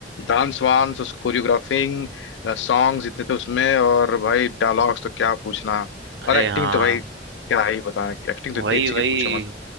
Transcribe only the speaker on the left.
डांस वांस उस कोरियोग्राफिंग सॉन्ग्स इतने थे उसमें और भाई डायलॉग्स तो क्या पूछना
और एक्टिंग
तो भाई क्या ही बताना एक्टिंग
तो इतनी अच्छी
कि पूछो मत